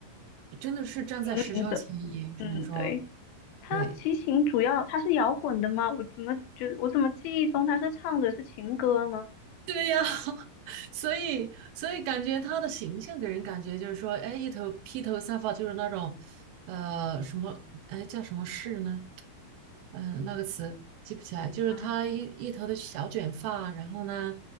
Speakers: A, on the right; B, on the left.
A: 真的是站在时尚前沿，
B: 引领者，
A: 只能说。
B: 嗯，对。他齐秦主要他是摇滚的吗？
A: 对。
B: 我怎么觉我怎么记忆中他是唱的是情歌呢？
A: 对呀，<laughs> 所以所以感觉他的形象给人感觉就是说，哎，一头披头散发，就是那种，呃，什么，哎，叫什么饰呢？嗯、呃那个词记不起来，就是他一一头的小卷发，
B: 啊，
A: 然后呢，